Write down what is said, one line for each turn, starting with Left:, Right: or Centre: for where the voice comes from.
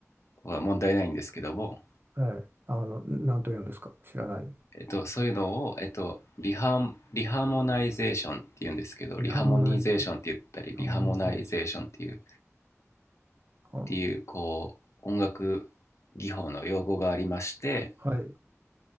Left: は問題ないんですけども、
Right: はいあの、なんと言うんですか知らない。
Left: えっと、そういうのを、えっと、リハ、リハモナイゼーションっていうんですけど、
Right: リハモナイズ、
Left: リハモニゼーションって言ったり、
Right: ハーモニゼーシ
Left: リハモナイゼーションっていう、っ
Right: ョン。は
Left: ていう、こう、音楽技法の用語がありまして、
Right: あはい、